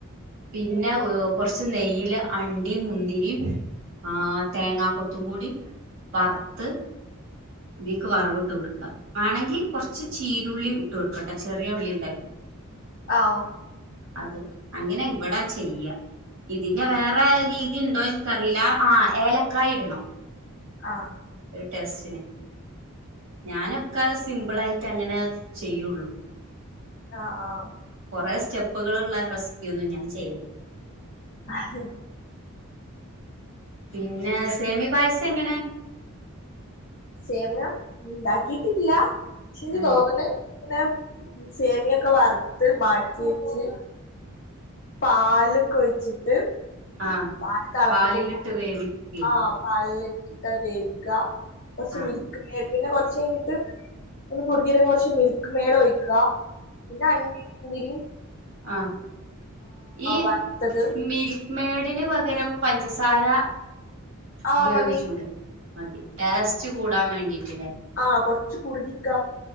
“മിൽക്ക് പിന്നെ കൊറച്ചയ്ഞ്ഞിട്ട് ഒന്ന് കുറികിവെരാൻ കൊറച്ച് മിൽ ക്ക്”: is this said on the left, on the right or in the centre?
Left